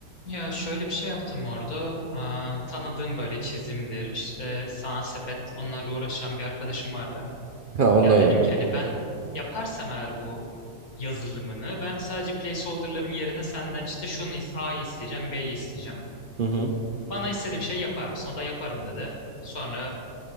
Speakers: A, on the left (about 90°); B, on the right (about 50°).
A: Ya şöyle bir şey yaptım orada. Aa, tanıdığım böyle çizimdir, işte sanat sepet onlarla uğraşan bir arkadaşım vardı.
B: Ha ondan
A: Ya
B: yani.
A: dedim ki hani ben yaparsam eğer bu yazılımını ben sadece placeholder'ların yerine senden işte şunu is- A'yı isteyeceğim, B'yi isteyeceğim.
B: Hı hı.
A: Bana istediğim şeyi yapar mısın? O da yaparım dedi. Sonra